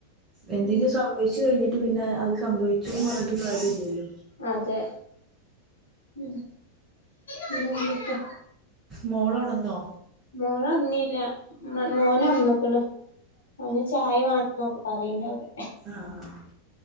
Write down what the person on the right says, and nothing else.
എന്തെങ്കിലും
സംഭവിച്ചു കൈഞ്ഞിട്ട് പിന്നെ അത് സംഭവിച്ചുന്ന് പർഞ്ഞിട്ട് കാര്യല്ലല്ലോ.
മോളൊണൊന്നോ?
ആഹ്